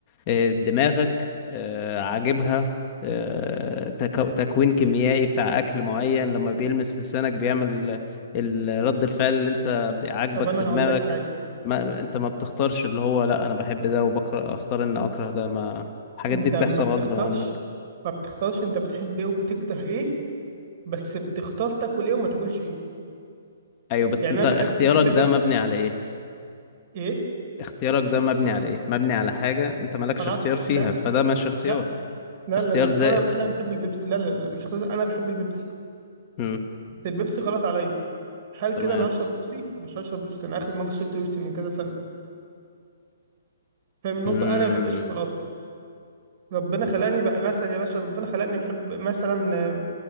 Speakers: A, on the left (about 35°); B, on the right (about 45°).
A: آه، دماغك آه، عاجبها آه، تكو- تكوين كيميائي بتاع أكل معين لما بيلمس لسانك بيعمل ال- رد الفعل اللي أنت عاجبك
B: طب انا
A: في دماغك
B: هقول لك حاجة
A: ما أنت ما بتختارش اللي هو لا أنا بحب ده وبكره أختار إن أكره ده ما الحاجات
B: انت
A: دي بتحصل
B: ما بتختارش
A: غصب عنك
B: ما بتختارش انت بتحب ايه وبتكره ايه بس بتختار تاكل ايه وما تاكلش ايه
A: أيوه بس
B: يعني
A: أنت
B: انا بحب
A: اختيارك
B: بحب البيبسي
A: ده مبني على إيه؟
B: ايه
A: اختيارك ده مبني على إيه؟ مبني على حاجة أنت مالكش
B: قناعتك
A: اختيار فيها
B: لا
A: فده مش اختيار
B: لا لا
A: اختيار
B: لا لا
A: زائف
B: انا انا بحب البيبسي لا لا لا مش خلاص انا بحب البيبسي
A: مم.
B: بس البيبسي غلط عليا هل كده
A: تمام
B: انا هشرب بيبسي مش هشرب بيبسي انا اخر مره شربت بيبسي من كذا سنه فاهم النقطه
A: مم.
B: انا بحب الشوكولاته ربنا خلاني بقى مثلا يا باشا ربنا خلاني بحب مثلا آه،